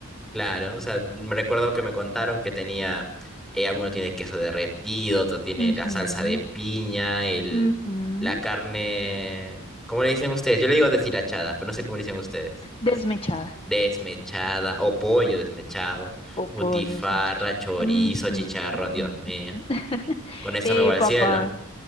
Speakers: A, in the centre; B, on the left.
A: Claro, o sea, me recuerdo que me contaron que tenía, eh, alguno tiene queso derretido, otro tiene
B: Ujú,
A: la salsa de piña, el,
B: ujú.
A: la carne, ¿cómo le dicen ustedes? Yo le digo deshilachada, pero no sé cómo le dicen ustedes.
B: Desmechada
A: As- Desmechada o pollo desmechado,
B: o pollo
A: butifarra,
B: desmechar.
A: chorizo,
B: Ujú,
A: chicharrón, Dios
B: ujú.
A: mío.
B: <laughs>
A: ¿Con esto
B: Eh,
A: me voy
B: papá,
A: al cielo?